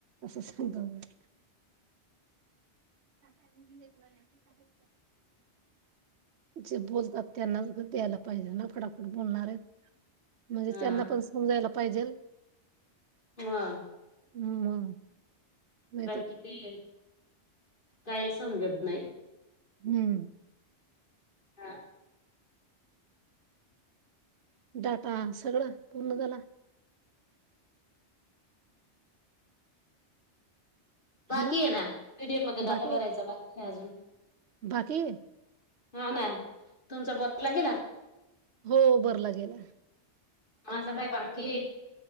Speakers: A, on the right (about 70°); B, on the left (about 45°).
A: असं सांगत. <unintelligible> जे बोलतात त्यांनाच <unintelligible> द्यायला पाहिजे ना फडाफट बोलणारे. म्हणजे
B: हा
A: त्यांना पण <unintelligible> पाहिजेल.
B: हा.
A: हम् म तर.
B: की ते काही समजत नाही.
A: हम्म.
B: हा.
A: डाटा सगळं पूर्ण झाला.
B: बाकीये
A: हॅलो
B: ना पीडीएफ मध्ये डाटा
A: बाकी
B: भरायचा बाकीये अजून.
A: बाकी आहे?
B: हा ना तुमचा <unintelligible> गेला.
A: हो बोरला गेलाय.
B: माझं काय बाकी.